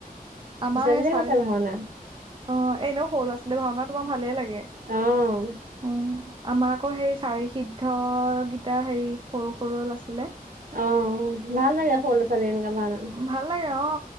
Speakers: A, on the right; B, on the right.
A: আমাৰ সে
B: বুলিয়ে
A: চাৰি
B: কৈছে ভাওনা,
A: অ এনেও সৰু ল'ৰা -ছোৱালী ভাওনা তোমাৰ ভালেই লাগে
B: অ'।
A: অ আমাক- আকৌ সেই চাৰি সিদ্ধ গিটাৰ হেই সৰু সৰুও আছিলে।
B: অ ভাল লাগে। সৰু লৰা -ছোৱালী এনেকা ভাওনা
A: ভাল লাগে অ